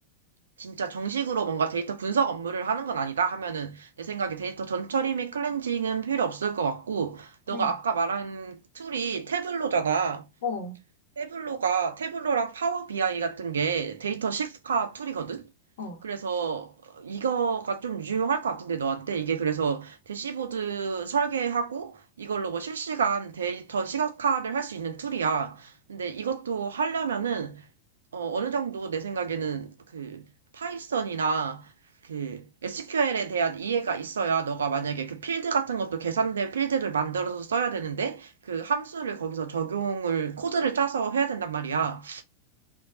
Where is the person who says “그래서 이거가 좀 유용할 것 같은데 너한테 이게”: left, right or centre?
Right